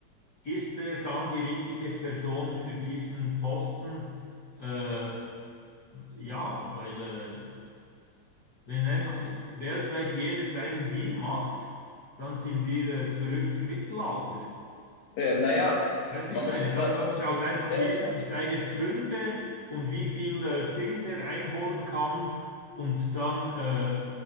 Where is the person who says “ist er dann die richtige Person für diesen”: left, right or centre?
Left